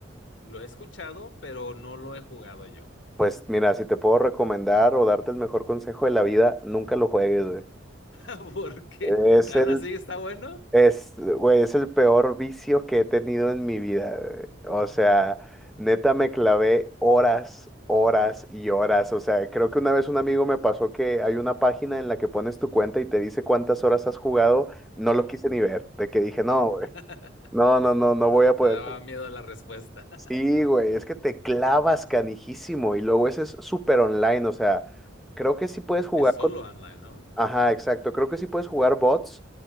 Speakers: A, on the left; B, in the centre.
A: Lo he escuchado, pero no lo he jugado yo.
B: Pues mira, si te puedo recomendar o darte el mejor consejo de la vida, nunca lo juegues, güey.
A: <laughs> Porque
B: Es
A: tan
B: el
A: así está bueno.
B: Es, güey, es el peor vicio que he tenido en mi vida. güey. O sea, neta me clavé horas, horas y horas. O sea, creo que una vez un amigo me pasó que hay una página en la que pones tu cuenta y te dice cuántas horas has jugado. No lo
A: Mm.
B: quise ni ver, de que dije, no,
A: <laughs>
B: güey, no, no, no, no voy a poder.
A: Te daba miedo la respuesta. <laughs>
B: Sí, güey, es que te clavas canijísimo y luego ese es súper online. O sea, creo que sí puedes jugar.
A: Es solo online, ¿no?
B: Ajá, exacto. Creo que sí puedes jugar bots,